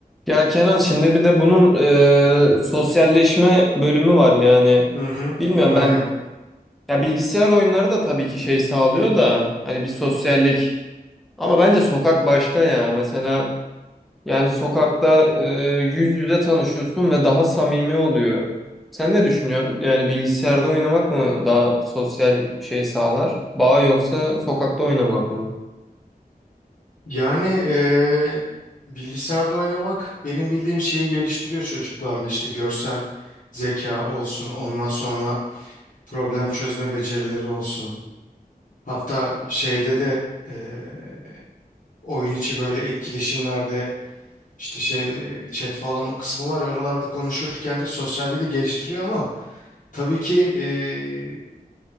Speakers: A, in the centre; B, on the left.
A: Ya Kenan şimdi bir de bunun e, sosyalleşme bölümü var yani.
B: Hı hı,
A: Bilmiyorum
B: aynen.
A: ben ya bilgisayar oyunları da tabii ki şey sağlıyor da hani bir sosyallik ama bence sokak başka ya. Mesela yani sokakta e, yüz yüze tanışıyorsun ve daha samimi oluyor. Sen ne düşünüyorsun? Yani bilgisayarda oynamak mı daha sosyal şey sağlar? Bağ yoksa sokakta oynamak mı?
B: Yani eee, bilgisayarda oynamak benim bildiğim şeyi geliştiriyor çocuklarda işte görsel zeka olsun, ondan sonra problem çözme becerileri olsun. Hatta şeyde de eee, oyun içi böyle etkileşimlerde işte şey eee, chat falan o kısmı var ya oralarda konuşurken de sosyalliği de geliştiriyor ama tabii ki eee,